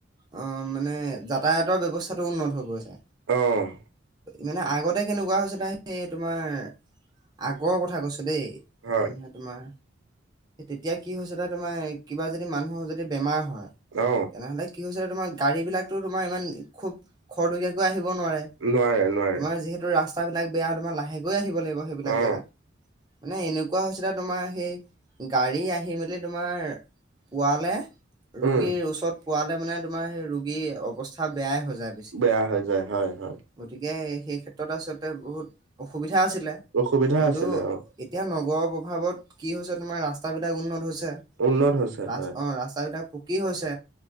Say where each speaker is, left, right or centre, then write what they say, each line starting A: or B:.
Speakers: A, on the right (about 20°); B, on the right (about 75°).
A: অ মানে যাতায়াতৰ ব্যৱস্থাতটো উন্নত হৈ গৈছে।
B: অ
A: মানে আগতে কেনেকুৱা হৈছে তাই সেই তোমাৰ আগৰ কথা কৈছো দেই,
B: হয়
A: মে তোমাৰ তেতিয়া কি হৈছিল তোমাৰ কিবা যদি মানুহ যদি বেমাৰ হয়।
B: অ
A: তেনেহলে কি হৈছিলে তোমাৰ গাড়ী বিলাকতো তোমাৰ ইমান খুব খৰতকীয়াকৈ আহিব নোৱাৰে। তোমাৰ
B: নোৱাৰে নোৱাৰে
A: যিহেতু ৰাস্ত ৰাস্তাবিলাক বেয়া তোমাৰ লাহেকৈ আহিব লাগিব সেইবিলাক
B: অ
A: জেগাত। মানে এনেকুৱা হৈছিলে তোমাৰ সেই গাড়ী আহি মেলি তোমাৰ পোৱালে, ৰোগীৰ
B: উম
A: ওচৰত পোৱালে মানে তোমাৰ সেই ৰোগী অৱস্থা বেয়াই হৈ যায় বেছি।
B: বেয়া হৈ যায় হয় হয়
A: গতিকে সেই ক্ষেত্ৰত আচলতে বহুত অসুবিধা আছিলে।
B: অসুবিধা
A: কিন্তু
B: আছিলে অ
A: এতিয়া নগৰৰ প্ৰভাৱত কি হৈছে তোমাৰ ৰাস্তাবিলাক উন্নত হৈছে।
B: উন্নত হৈছে
A: ৰাস
B: হয়
A: অ', ৰাস্তা কি হৈছে,